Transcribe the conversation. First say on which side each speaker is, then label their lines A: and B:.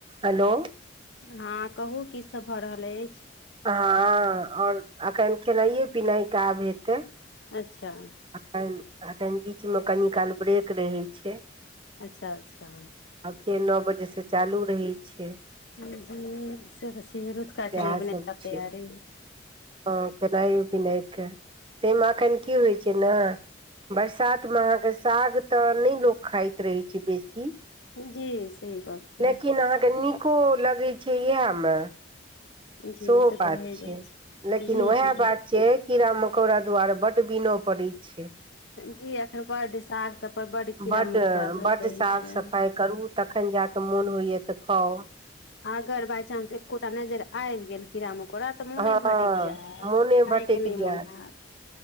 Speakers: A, on the right; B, on the left.
A: Hello
B: हँ कहू की सब भऽ रहल यैछ
A: हँ आ और एखन खेनाइए पिनाइ काब हेतै
B: अच्छा
A: एखन एखन बीचमे कनि काल ब्रेक रहै छै
B: अच्छा अच्छा
A: आ फेर नओ बजे से चालू रहै छै
B: जी से तऽ छी रतका
A: सएहसभ
B: खेनाइ पिना
A: छै
B: तैयारी
A: हँ खेनाइयो पिनाइके ताहिमे एखन की होइ छै न बरसातमे अहाँके साग तऽ नय लोक खाइत रहैत छै बेसी
B: जी सही गप छै
A: लेकिन अहाँके नीको लगै छै इहै मे
B: जी
A: सेहो
B: से तऽ
A: बात
B: भए जाइ
A: छै लेकिन
B: जी
A: उएह
B: जी
A: बात छै कीड़ा मकोड़ा दुआार बड बिनो पड़ै छै
B: जी अखन बड साग सब बड
A: बड्ड
B: कीड़ा मकोड़ा सब
A: बड्ड
B: रही
A: साफ
B: छै
A: सफाइ करू तखन जा कऽ मोन होइए तऽ खाओ
B: अगर बााय चानंस एकोटा नजर आयीब गेल कीड़ा मकोड़ा तऽ मोने
A: हँ
B: भटयक जाय
A: मोने
B: ख
A: भटकि
B: क नय
A: जायत
B: मोन हैत